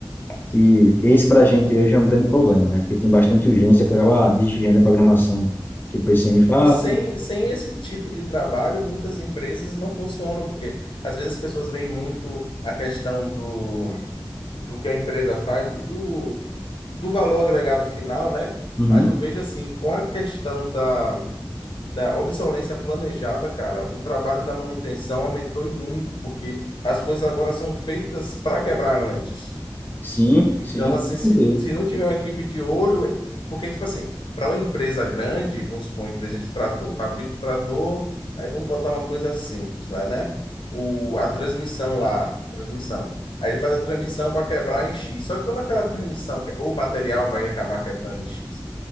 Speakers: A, on the left; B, on the left.
A: que esse para a gente hoje é um grande problema, né? Porque tem bastante urgência que acaba desviando a programação que o PCM faz.
B: E sem, sem esse tipo de trabalho, muitas empresas não funcionam, porque às vezes as pessoas veem muito a questão do, do que a empresa faz, do, do do valor agregado final, né?
A: Uhum.
B: Mas eu vejo assim, com a questão da, da obsolescência planejada, cara, o trabalho da manutenção aumentou e muito, porque as coisas agora são feitas para quebrar antes.
A: Sim,
B: Então,
A: sim, com
B: assim, se,
A: certeza.
B: se não tiver uma equipe de olho, é, porque, tipo assim, para uma empresa grande, vamos supor, uma empresa de trator, fabrica o trator, aí vamos botar uma coisa simples lá, né? O, a transmissão lá, transmissão. Aí ele faz a transmissão para quebrar em X. Só que quando aquela transmissão, que- ou o material vai acabar quebrando em X.